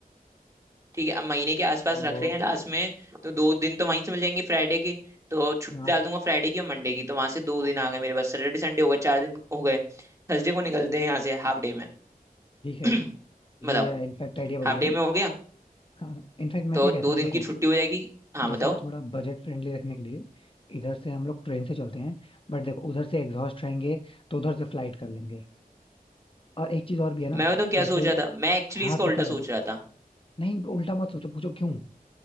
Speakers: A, on the right; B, on the left.
A: ठीक है अब महीने के आसपास
B: तो
A: रख रहे हैं लास्ट में तो दो दिन तो वहीं से मिल जाएंगे फ्राइडे की तो छुट्टी
B: हाँ
A: डाल दूंगा फ्राइडे की और मंडे की तो वहां से दो दिन आ गए मेरे पास सैटरडे संडे हो गए चार दिन हो गए थर्सडे को निकलते हैं यहाँ से हाफ डे में <clears throat>
B: ठीक है ये
A: बताओ
B: इनफैक्ट आइडिया बढ़िया
A: हाफ डे
B: है
A: में हो गया
B: हाँ इनफैक्ट मैं
A: तो
B: क्या
A: दो
B: कहता हूँ
A: दिन
B: देखो
A: की छुट्टी हो जाएगी हाँ
B: जैसे
A: बताओ
B: ना थोड़ा बजट फ्रेंडली रखने के लिए इधर से हम लोग ट्रेन से चलते हैं बट देखो उधर से एग्जॉस्ट रहेंगे तो उधर से फ्लाइट कर लेंगे और एक चीज और भी है ना
A: मैं बताऊँ क्या
B: जैसे
A: सोच रहा था मैं एक्चुअली
B: हाँ
A: इसका
B: सोचो
A: उल्टा
B: सोचो
A: सोच रहा था
B: नहीं उल्टा मत सोचो पूछो क्यों